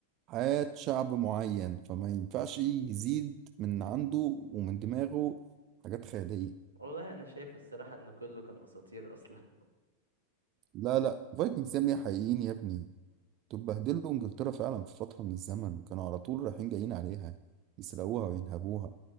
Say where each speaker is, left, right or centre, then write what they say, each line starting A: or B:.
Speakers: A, on the right; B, on the right.
A: حياة شعب معين فما ينفعش يزيد من عنده ومن دماغه حاجات خيالية
B: والله أنا شايف الصراحة إن كله كان أساطير أصلا
A: لا لا فايكنجز يا ابني حقيقيين يا ابني دول بهدلوا انجلترا فعلا في فترة من الزمن كانوا على طول رايحين جايين عليها يسرقوها وينهبوها